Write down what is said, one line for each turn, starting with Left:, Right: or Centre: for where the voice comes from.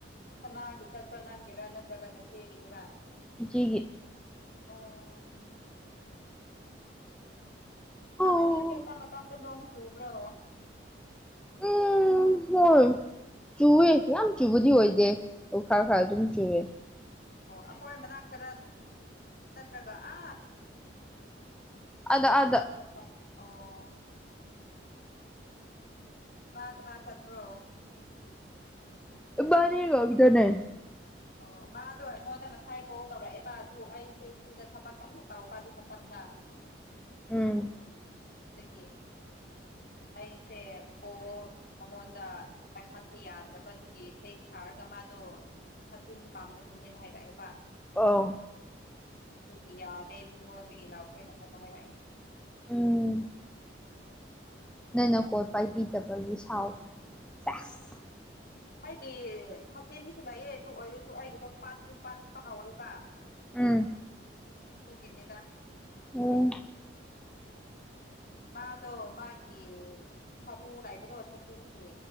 Left: ꯀꯅꯥꯒꯤ ꯆꯠꯅ꯭ꯔꯥ ꯅꯪꯒꯤꯔꯥ ꯅꯠꯇ꯭ꯔꯒ ꯅꯆꯦꯒꯤꯗꯨꯔꯥ
Centre: ꯢꯆꯦꯒꯤ
Left: ꯑꯣ
Centre: ꯑꯣ
Left: ꯅꯕꯥꯟꯅꯤ ꯆꯠꯄ ꯃꯇꯝꯗ ꯅꯣꯡ ꯆꯨꯕ꯭ꯔꯣ
Centre: ꯎꯝ ꯍꯣꯏ ꯆꯨꯋꯦ ꯌꯥꯝ ꯆꯨꯕꯗꯤ ꯑꯣꯏꯗꯦ ꯑꯗꯨ ꯈꯔ ꯈꯔ ꯑꯗꯨꯝ ꯆꯨꯋꯦ
Left: ꯑꯣ ꯑꯈꯣꯏ ꯃꯅꯥꯛꯇꯔ ꯅꯠꯇ꯭ꯔꯒ ꯑꯥ
Centre: ꯑꯥꯗ ꯑꯥꯗ
Left: ꯅꯣꯏ ꯆꯠꯄ ꯑꯣ ꯀꯅꯥ ꯀꯅꯥ ꯆꯠꯄ꯭ꯔꯣ
Centre: ꯢꯕꯥꯟꯅꯤ ꯈꯛꯇꯅꯦ
Left: ꯑꯣ ꯃꯥꯗꯣ ꯑꯩꯉꯣꯟꯗ ꯉꯁꯥꯏ ꯀꯣꯜ ꯇꯧꯔꯛꯑꯦ ꯕ ꯑꯗꯨ ꯑꯩꯁꯦ ꯁꯤꯗ ꯊꯕꯛ ꯀꯟꯅ ꯇꯧꯕ ꯑꯗꯨ ꯃꯇꯝꯗ
Centre: ꯎꯝ
Left: ꯑꯗꯨꯒꯤ ꯑꯩꯁꯦ ꯀꯣꯜ ꯃꯉꯣꯟꯗ ꯄꯥꯢꯈꯠꯄ ꯌꯥꯗ꯭ꯔꯕ ꯑꯗꯨꯒꯤ ꯇꯦꯛꯁ ꯊꯥꯔꯒ ꯃꯥꯗꯣ ꯁꯥꯇꯤꯟ ꯄꯥꯝꯕꯒꯤꯅꯦꯅ ꯍꯥꯏꯔꯛꯑꯦꯕ
Centre: ꯑꯣ
Left: ꯑꯗꯨꯒꯤ ꯌꯥꯔꯦ ꯃꯤꯉꯣꯟꯗꯒꯤ ꯂꯥꯛꯈ꯭ꯔꯦꯅ ꯑꯃꯨꯛꯀ ꯍꯥꯏꯔꯛꯑꯦꯅꯦ
Centre: ꯎꯝ ꯅꯪꯅ ꯀꯣꯜ ꯄꯥꯏꯕꯤꯗꯕꯒꯤ ꯁꯥꯎꯈ꯭ꯔꯦ ꯁꯦꯁ
Left: ꯑꯩꯒꯤ ꯍꯥꯄꯦꯟꯁꯨ ꯂꯩꯌꯦ ꯑꯗꯨ ꯑꯣꯏꯔꯁꯨ ꯑꯩꯒꯤꯗꯣ ꯄꯥꯠꯗꯤ ꯄꯥꯠꯄ ꯍꯧꯔꯦꯕ
Centre: ꯎꯝ
Left: ꯇꯨꯒꯤꯅꯦꯗ
Centre: ꯑꯣ
Left: ꯃꯥꯗꯣ ꯃꯥꯒꯤ ꯁꯔꯨ ꯂꯩꯕꯗꯣ ꯁꯇꯤꯟꯒꯤ